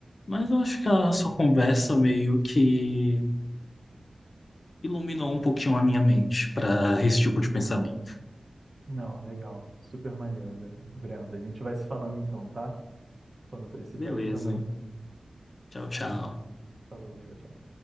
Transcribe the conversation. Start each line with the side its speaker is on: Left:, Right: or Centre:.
Left: Mas eu acho que a sua conversa meio que iluminou um pouquinho a minha mente para esse tipo de pensamento.
Right: Não, legal. Super maneiro, Brenda. A gente vai se falando então, tá? Quando precisar
Left: Beleza.
Right: aí também.
Left: Tchau, tchau.
Right: Falou, tchau, tchau.